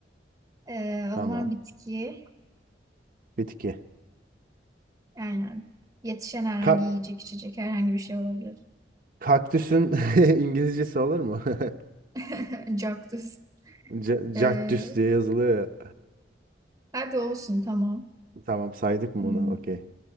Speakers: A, on the right (about 20°); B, on the right (about 50°).
A: Ee,
B: Tamam.
A: o zaman bitki.
B: Bitki.
A: Aynen. Yetişen herhangi
B: Ka-
A: yiyecek içecek herhangi bir şey olabilir.
B: kaktüsün <laughs> İngilizcesi olur mu? <laughs>
A: <laughs> Cactus.
B: C-
A: Ee,
B: Cactus diye yazılıyor ya.
A: hadi olsun tamam.
B: Tamam saydık mı
A: Hmm,
B: onu? Okey.